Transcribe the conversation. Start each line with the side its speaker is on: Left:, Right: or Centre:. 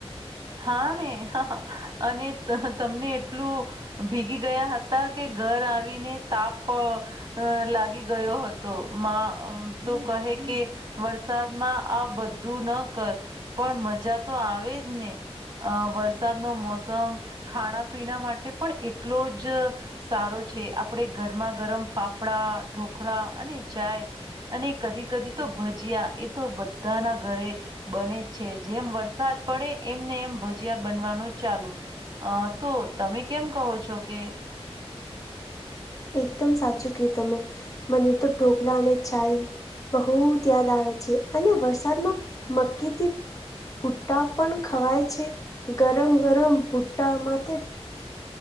Right: હા ને અને તમને એટલું. ભીગી ગયા હતા કે ઘર આવીને તાપ. અ લાગી ગયો હતો માં તો કહે કે. વરસાદમાં આ બધું ન કર પણ મજા તો આવેજ ને. અ વરસાદનો મોસમ ખાણા પીણા માટે પણ એટલો જ. સારો છે આપણે ગરમા ગરમ ફાફડા ઢોકળા અને ચાય. અને કદી કદી તો ભજીયા એ તો બધાના ઘરે. બને છે જેમ વરસાદ પડે એમને એમ. ભજીયા બનવાનું ચાલુ, અ તો તમે કેમ કહો છો કે
Left: એકદમ સાચું કહ્યું તમે, મને તો ઢોકલા અને ચાય. બહુત યાદ આવે છે, અને વરસાદમાં મક્કિ થી ભુટ્ટા પણ ખવાય છે, ગરમ ગરમ ભુટ્ટા માથે